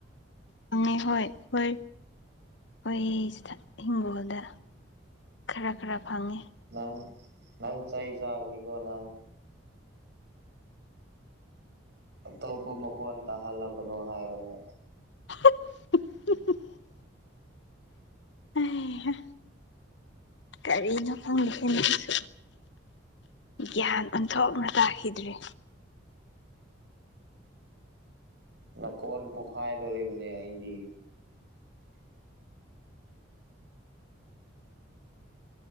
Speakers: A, on the left; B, on the right.
A: ꯐꯪꯉꯦ ꯍꯣꯏ ꯍꯣꯏ ꯈꯣꯏꯁꯤꯗ ꯍꯤꯡꯒꯣꯜꯗ ꯈꯔ ꯈꯔ ꯐꯪꯉꯦ
B: ꯅꯪ ꯅꯪ ꯆꯩ ꯆꯥꯒꯅꯤꯀꯣ ꯅꯪ ꯑꯇꯣꯞꯄ ꯃꯈꯣꯟ ꯇꯥꯍꯜꯂꯛꯀꯅꯣ ꯍꯥꯏꯔꯒ
A: <unintelligible> ꯍꯩ ꯍꯥ ꯀꯔꯤꯅꯣ ꯈꯪꯗꯦꯍꯦ ꯅꯪꯁꯨ ꯒ꯭ꯌꯥꯟ ꯑꯣꯟꯊꯣꯛꯅ ꯇꯥꯈꯤꯗ꯭ꯔꯦ
B: ꯅꯥꯀꯣꯟ ꯄꯣꯈꯥꯏꯗꯣꯔꯤꯕꯅꯦ ꯑꯩꯗꯤ